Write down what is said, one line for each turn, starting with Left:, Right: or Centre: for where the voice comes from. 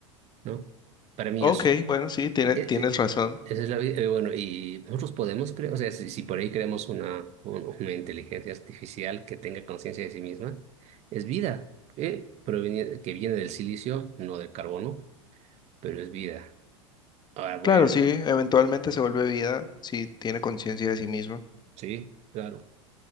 Right: ¿no? Para mí
Left: Ok,
Right: eso.
Left: bueno, sí, tiene,
Right: Eh,
Left: tienes
Right: eh,
Left: razón.
Right: Esa es la vida. eh, bueno, y nosotros podemos creer, o sea, si, si por ahí creamos una, un- una inteligencia artificial que tenga conciencia de sí misma, es vida, eh, proveni- que viene del silicio, no del carbono, pero es vida. Ahora, bueno,
Left: Claro, sí, eventualmente se vuelve vida, sí, tiene conciencia de sí misma.
Right: sí, claro.